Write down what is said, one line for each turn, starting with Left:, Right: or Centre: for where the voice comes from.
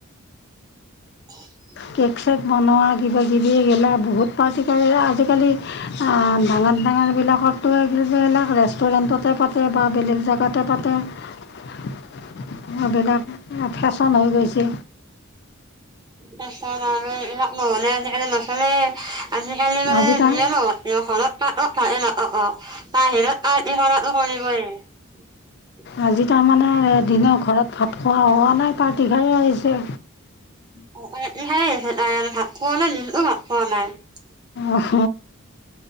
Right: <inaudible>
Left: কেক চেক বনোৱা কিবাাকিবিগিলা বহুত প্ৰতিিকী আজিকালি ডাঙৰ পন্ধানাৰবিলাকত গিলাক ৰেষ্টুৰেণ্টতে পাতে বা বেলেগ জেগাতে পাতে এইবিলাক ফেশ্বন হৈ গৈছে
Right: তাৰছত আৰু এইবাক নহলে আজিকালি নচে আজিকালি মানে
Left: আজি তাৰ
Right: যিয়ে নহয় খনত ত অ ভাহ অ অ বাহিৰত আ কনিবই <unintelligible>
Left: আজি তাৰমানে এদিনে ঘৰত ভাত খোৱা হোৱা নাই, পাৰ্টি খাই আহিছে।
Right: ন ভাত খোৱা নাই দিলো ভাত খোৱা নাই <unintelligible>
Left: আহ।